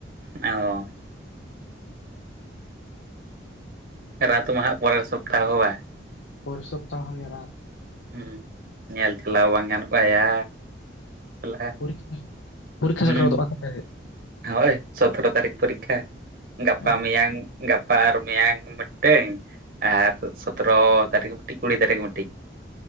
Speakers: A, on the right; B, on the left.
A: ᱚ ᱨᱟᱛ ᱢᱟᱦᱟᱜ ᱯᱚᱨᱮᱨ ᱥᱚᱯᱛᱟᱦᱚ ᱵᱟ
B: ᱯᱚᱨᱮᱨ ᱥᱚᱯᱛᱟᱦ ᱠᱷᱚᱱ ᱨᱟᱛ
A: ᱦᱩᱸ ᱧᱮᱞ ᱪᱟᱟᱞᱟᱣ ᱵᱟᱝ ᱜᱟᱱᱚᱜ ᱟᱭᱟ ᱥᱟᱞᱟ
B: ᱯᱚᱨ ᱥᱮ
A: ᱦᱩᱸ
B: <inaudible> ᱥᱮᱛᱮᱨ
A: ᱦᱳᱭ ᱥᱚᱛᱨᱚ ᱛᱟᱨᱤᱠᱷ ᱯᱚᱨᱤᱠᱠᱷᱟ ᱜᱟᱯᱟ
B: ᱚ
A: ᱢᱤᱭᱟᱝ ᱜᱟ ᱜᱟᱯᱟ ᱢᱮᱭᱟᱝ ᱢᱤᱫᱴᱟᱝ ᱟᱨ ᱥᱚᱛᱨᱚ ᱛᱟᱹᱨᱤᱠᱷ ᱢᱤᱫᱴᱤᱡ ᱠᱩᱲᱤ ᱛᱟᱹᱨᱤᱠᱷ ᱢᱤᱫᱴᱤᱡ᱾